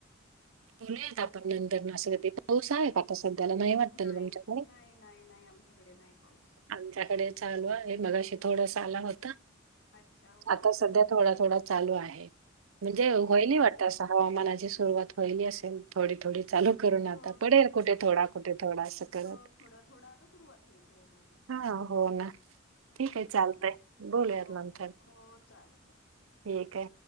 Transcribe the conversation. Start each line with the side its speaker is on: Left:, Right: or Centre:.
Right: बोलूयात आपण नंतरं अस कधी पाऊस आहे का आता सध्याला वाटतं
Left: नाही
Right: ना तुमच्याकडे
Left: नाही नाही नाही आमच्याकडे नाही पाऊस
Right: आमच्याकडे चालू आहे मघाशी थोडसं आला होत
Left: अच्छा ओके
Right: आता सध्या थोडा थोडा चालू आहे म्हणजे
Left: ओके
Right: व्हायली
Left: ओके
Right: वाटत हवामानाची सुरुवात व्हायली असेल थोडी थोडी चालू करून
Left: हो
Right: आता पडेल कुठे थोडा कुठे थोडा असं करत
Left: हो थोडं थोडं आता सुरुवात होईल हो हो हो
Right: हा हो ना ठीक
Left: हो
Right: आहे
Left: ना
Right: चालतंय
Left: हो ना
Right: बोलूयात नंतर
Left: हो चालेल हो
Right: ठीक आहे